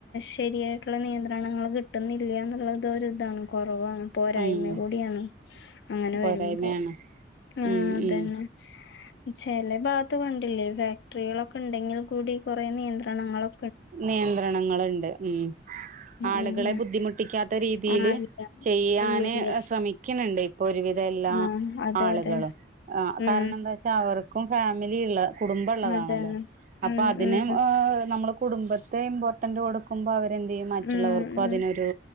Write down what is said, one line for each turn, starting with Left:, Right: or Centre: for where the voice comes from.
Left: ശെരിയായിട്ടുള്ള നിയന്ത്രണങ്ങള് കിട്ടുന്നില്ല എന്നുള്ളത് ഇതാണ്. കൊറവാണ് പോരായ്മ
Right: ഉം
Left: കൂടിയാണ്. അങ്ങനെ
Right: പോരായ്മയാണ്
Left: വരുമ്പോ ആഹ്
Right: ഉം
Left: അതന്നെ.
Right: ഉം
Left: ചെലഭാത്ത് കണ്ടില്ലെ. ഫാക്ടറികളൊക്കെ ഇണ്ടെങ്കിൽ കൂടി കൊറേ നിയന്ത്രണങ്ങളൊ
Right: നിയന്ത്രണങ്ങള്ണ്ട് ഉം ആളുകളെബുദ്ധിമുട്ട്
Left: അങ്ങനെ
Right: ട്ടിക്കാത്ത രീതിയില്
Left: ആഹ് ഇല്ല
Right: ചെയ്യാന്
Left: ഇല്ല ഇല്ല
Right: ശ്രമിക്കിണ് ഇണ്ട്. ഒരു വിധഎല്ലാ
Left: ആഹ് അതെ
Right: ആള്കളും.
Left: അതെ
Right: ആഹ് കാരണന്താച്ച
Left: ഉം
Right: അവർക്കും ഫാമിലി ഇള്ള കുടുംബം ഇള്ളതാണല്ലോ.
Left: അതന്നെ
Right: അപ്പൊ
Left: ഉം
Right: അതിന്
Left: ഉം
Right: എഹ് നമ്മള് കുടുംബത്തെ ഇംപോ ട്ടന്റ് കൊടുക്കുമ്പോ അവരെന്ത് ചെയ്യും. മറ്റുള്ളവർക്കും
Left: ഉം
Right: അതിനൊരു
Left: ഉം